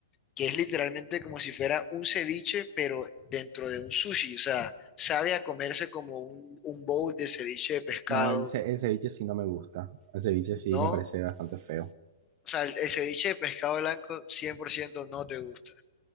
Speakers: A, on the left; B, on the right.
A: que es literalmente como si fuera un ceviche, pero dentro de un sushi. O sea, sabe a comerse como un, un bowl de ceviche de pescado,
B: No, el, ce- el ceviche sí no me gusta. El ceviche sí
A: ¿no?
B: me parece bastante feo.
A: O sea, el, el ceviche de pescado blanco 100% no te gusta.